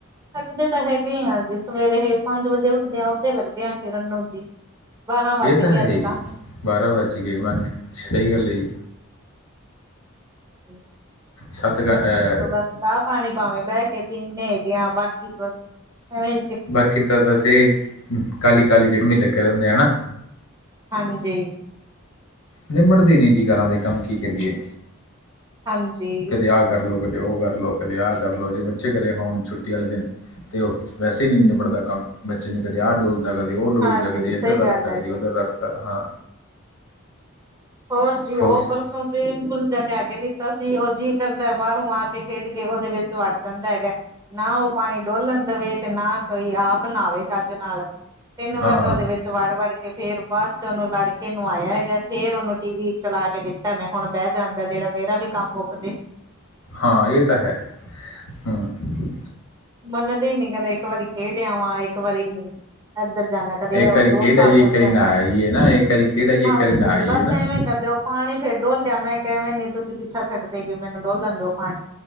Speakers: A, on the right (about 15°); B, on the left (about 75°).
A: ਹੱਕ ਦੇ ਤਾਂ ਹੈਗੇ ਆਂ ਜੀ ਸਵੇਰੇ ਪੰਜ ਵਜੇ ਉੱਠਦੇ ਆ। ਉਦੋਂ ਲੱਗਦੇ ਆ ਫਿਰਨ ਨੂੰ ਜੀ। ਬਾਰਾਂ
B: ਇਹ
A: ਵੱਜ
B: ਤਾਂ
A: ਗਏ
B: ਹੈਈ
A: ਅੱਜ
B: ਬਾਰਾਂ ਵੱਜ ਗਏ ਮੰਨ ਕੇ ਸਹੀ ਗੱਲ ਹੈ ਜੀ।
A: <unintelligible>
B: ਸੱਤ ਗ ਐ।
A: ਬੱਸ ਚਾਅ ਪਾਣੀ ਪਾਵੇਂ ਬਹਿ ਕੇ ਪੀਨੇ ਹੈਗੇ ਆ ਬਾਕੀ ਐਵੇ
B: ਬਾਕੀ ਤਾਂ ਬੱਸ ਇਹ ਕਾਲੀ ਕਾਲੀ ਜਿਮੀ ਲੱਗੇ ਰਹਿੰਦੇ ਆ ਨਾ
A: ਹਾਂਜੀ
B: ਨਿੰਮੜ ਦੇ ਨੀ ਜੀ ਘਰਾਂ ਦੇ ਕੰਮ ਕੀ ਕਰੀਏ?
A: ਹਾਂਜੀ
B: ਕਦੇ ਆਹ ਕਰ ਲਓ ਕਦੇ ਉਹ ਕਰ ਲਓ ਕਦੇ ਆਹ ਕਰ ਲਓ ਜੇ ਬੱਚੇ ਘਰੇ ਹੋਣ ਛੁੱਟੀ ਵਾਲੇ ਦਿਨ। ਤੇ ਉਹ ਵੈਸੇ ਨਹੀਂ ਨਿਬੜਦਾ ਕੰਮ ਬੱਚੇ ਨੇ ਕਦੇ ਆਹ ਡੋਲਦੇ ਕਦੇ ਉਹ ਡੋਲਦਾ
A: ਹਾਂਜੀ
B: ਕਦੇ ਇੱਧਰ
A: ਸਹੀ
B: ਰੱਖਤਾ
A: ਗੱਲ ਹੈ
B: ਕਦੇ
A: ਜੀ
B: ਉੱਧਰ ਰੱਖਤਾ ਹਾਂ
A: ਹੋਰ ਜੀ ਉਹ
B: ਹੋਸ
A: ਪਰਸੋਂ ਸਵੀਮਿੰਗ ਪੂਲ ਜਾ ਲਿਆ ਕੇ ਦਿੱਤਾ ਸੀ ਉਹ ਜੀਅ ਕਰਦਾ ਬਾਹਰੋਂ ਆ ਕੇ ਇਹ ਖੇਡ ਕੇ ਉਹਦੇ ਵਿੱਚ ਵੱਡ ਜਾਂਦਾ ਹੈਗਾ। ਨਾ ਉਹ ਪਾਣੀ ਡੋਲਣ ਦੇਵੇ ਤੇ ਨਾ ਕੋਈ ਆਪ ਨਾਵੇ ਚੱਜ ਨਾਲ ਤਿੰਨ ਵਾਰ
B: ਹਾਂ
A: ਤਾਂ ਉਹਦੇ ਵਿੱਚ ਵਿੱਚ ਵੜ ਵੜ ਕੇ ਫ਼ੇਰ ਬਾਅਦ ਚ ਉਹਨੂੰ ਲੜਕੇ ਨਵਾ ਆਇਆ ਹੈਗਾ ਫ਼ੇਰ ਉਹਨੂੰ ਟੀ ਵੀ, ਚਲਾ ਕੇ ਦਿੱਤਾ ਮੈਂ ਹੁਣ ਬਹਿ ਜਾਂਦਾ ਜਿਹੜਾ ਮੇਰਾ ਵੀ ਕੰਮ ਮੁੱਕ ਜੇ,
B: ਹਾਂ ਇਹ ਤਾਂ ਹੈ ਹੂ-'
A: ਮੰਨਦੇ ਹੀ ਨੀ ਕਹਿੰਦੇ ਇੱਕ ਵਾਰੀ ਖੇਡ ਆਵਾਂ ਇੱਕ ਵਾਰੀ ਏਧਰ ਜਾਂਦਾ ਕਦੇ
B: ਇੱਕ ਵਾਰੀ
A: ਦੋਸਤ
B: ਖੇਡ ਆਈਏ
A: ਆ ਜਾਂਦਾ
B: ਇੱਕ ਵਾਰੀ
A: ਹੈਗਾ
B: ਨਾ ਆਈਏ ਨਾ ਇੱਕ ਵਾਰੀ ਖੇਡ ਆਈਏ
A: ਹਾਂਜੀ
B: ਇੱਕ ਵਾਰੀ ਨਾ ਆਈਏ
A: ਬੱਸ
B: ਨਾ
A: ਇਵੇਂ ਕਰਦੇ ਓ ਪਾਣੀ ਫੇਰ ਡੋਲ ਜਾਣਾ ਮੈਂ ਕਿ ਐਵੇਂ ਨੀ ਤੁਸੀਂ ਪਿੱਛਾ ਛੱਡਦੇ ਹੈਗੇ ਮੈਨੂੰ ਡੋਲਣ ਦਿਓ ਪਾਣੀ